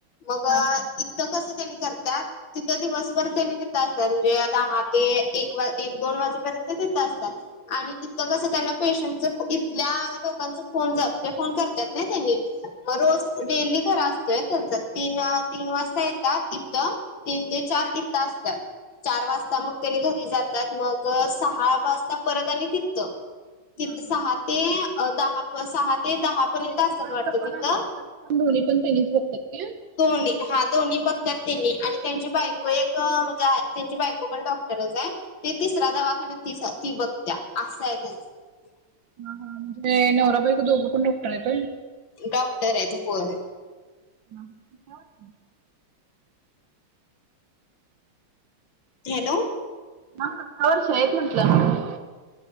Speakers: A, on the left; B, on the right.
A: मग
B: हा हा.
A: त कसं त्यांनी करतात. तिथं दिवसभर तेनी तिथं असतात म्हणजे दहा ते एक एक दोन वाजेपर्यंत तिथं असतात. आणि तितं कसं त्यांना पेशंटच इथल्या लोकांचं फोन जात फोन करत्यात ना त्यांनी म रोज डेली खरा असतोय त्यांचा तीन तीन वाजता येतात इथं तीन ते चार इतं असत्यात. चार वाजता मग त्यानी घरी जातात मग सहा वाजता परत आणि तिथं ति
B: हा हा.
A: सहा ते अ दहा सहा ते दहा पर्यंत
B: इकडचं
A: असतात वाटतं
B: पण
A: तिथं
B: आणि तिकडचं पण दोन्ही पण त्यांनीच बघतात ते
A: दोन्ही हा दोन्ही बघतात तेंनी आणि त्यांची बायको एक म्हणजे त्यांची बायको पण डॉक्टरच हाय. ते तिसरा दवाखाना तीचा ती बगतीया असयं आहे तेचं
B: हा हा म्हणजे नवरा बायको दोघं पण डॉक्टर आहेत होय.
A: डॉक्टर आहेत होय.
B: <inaudible>
A: हॅलो.
B: म <unintelligible> वर्ष येत म्हटलं.